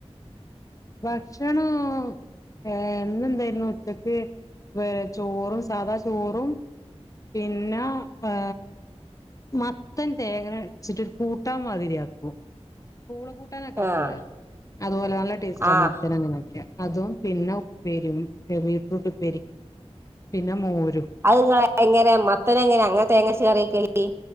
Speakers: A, on the left; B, on the right.
A: ഭക്ഷണം ഏ ഇന്നെന്തായിരുന്നു ഉച്ചക്ക് വേ ചോറും സാധാ ചോറും പിന്നെ ഏ മത്തൻ തേങ്ങ അരച്ചിട്ടൊരു കൂട്ടാൻ മാതിരിയാക്കും പൂള കൂട്ടാനൊക്കെ ആക്കൂല്ലേ
B: ആഹ്
A: അതുപോലെ നല്ല ടേസ്റ്റാ
B: ആഹ്
A: മത്തൻ അങ്ങനെ ആക്കിയാൽ അതും പിന്നെ ഉപ്പേരിയും ബീറ്റ്റൂട്ട് ഉപ്പേരി പിന്നെ മോരും
B: അത് നിങ്ങള് എങ്ങനെ മത്തനെങ്ങനാ അങ്ങനെ തേങ്ങയരച്ച് കറിവെക്കല്